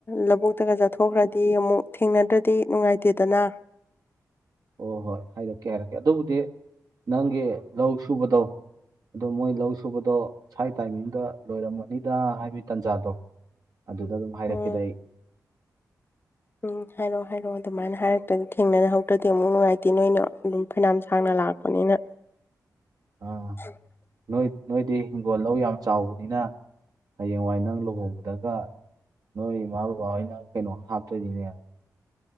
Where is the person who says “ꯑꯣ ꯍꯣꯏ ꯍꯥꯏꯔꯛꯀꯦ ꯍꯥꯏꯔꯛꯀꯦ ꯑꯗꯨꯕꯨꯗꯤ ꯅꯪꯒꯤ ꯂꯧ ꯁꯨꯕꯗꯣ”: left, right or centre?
Right